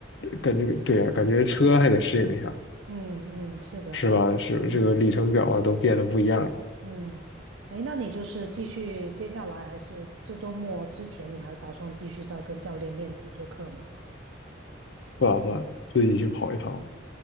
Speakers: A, on the left; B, on the right.
A: 感觉对呀，感觉车还得适应一下，
B: 嗯嗯，是的，
A: 是吧？是这个里程表啊，
B: 嗯。
A: 都变得不一样了。
B: 嗯，哎，那你就是继续接下来，还是这周末之前，你还打算继续再跟教练练几节课吗？
A: 不打算自己去跑一趟，